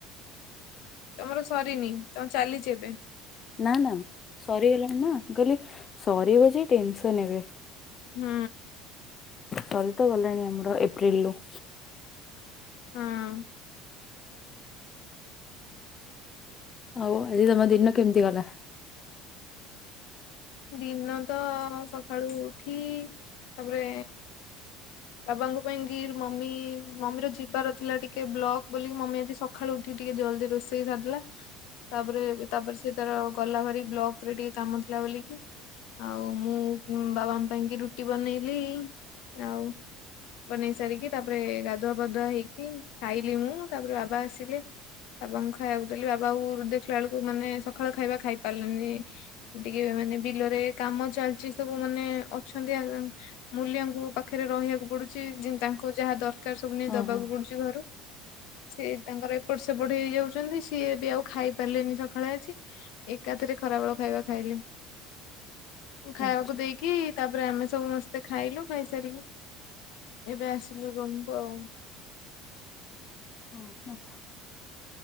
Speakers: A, on the left; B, on the left.
A: ତମର ସରିନି ତମର ଚାଲିଛି ଏବେ?
B: ନା ନା ସରିଗଲାଣି ନା କହିଲି ସରିବ ଯେ ଟେନସନ୍ ଏବେ।
A: ହୁଁ।
B: ସରି ତ ଗଲାଣି ଆମର ଏପ୍ରିଲ ରୁ।
A: ହଁ।
B: ହଉ ଆଜି ତମ ଦିନ କେମିତି ଗଲା?
A: ଦିନ ତ ସକାଳୁ ଉଠି ତାପରେ ବାବାଙ୍କ ପାଇଁ କିି ମମି ମମି ର ଯିବାର ଥିଲା ଟିକେ ବ୍ଲକ ବୋଲି ମମି ଆଜି ସଖାଳୁ ଉଠିକି ଟିକେ ଜଲଦି ରୋଷେଇ ସାରିଲା। ତାପରେ ତାପରେ ସେ ତାର ଗଲା ଭାର ବ୍ଲକ ରେ ଟିକେ କାମ ଥିଲା ବୋଲିକି। ଆଉ ମୁଁ ବାବା ମା ପାଇଁ କି ରୁଟି ବନେଇଲି ଆଉ ବନେଇ ସାରିକି ତାପରେ ଗାଧୁଆ ପାଧୁଆ ହେଇକି ଖାଇଲି ମୁଁ ତାପରେ ବାବା ଆସିଲେ। ଏବଂ ଖାଇବାକୁ ଦେଲି ବାବା ଦେଖିଲା ବେଳକୁ ମାନେ ସକାଳ ଖାଇବା ଖାଇ ପାରିଲେନି। ଟିକେ ମାନେ ବିଲରେ କାମ ଚାଲିଛି ସବୁ ମାନେ ଅଛନ୍ତି ଆ ମୂଲ୍ୟଙ୍କ ପାଖରେ ରହିବାକୁ ପଡୁଛି ତାଙ୍କୁ ଯାହା ଦରକାର ସବୁ ନେଇ
B: ହଁ
A: ଦବାକୁ
B: ହଁ
A: ପଡୁଛି ଘରୁ ସିଏ ତାଙ୍କର ଏପଟ ସେପଟ ହେଇ ଯାଉଛନ୍ତି ସିଏ ଏବେ ଆଉ ଖାଇ ପାରିଲେନି ସକାଳେ ଆଜି। ଏକାଥରେ ଖରାବେଳ ଖାଇବା ଖାଇଲି। ଖାଇବାକୁ
B: ଆଚ୍ଛା।
A: ଦେଇକି ତାପରେ ଆମେ ସବୁ ସମସ୍ତେ ଖାଇଲୁ ଖାଇସାରିକି। ଏବେ ଆସିଲୁ ରୁମକୁ ଆଉ।
B: ହଁ ଆ।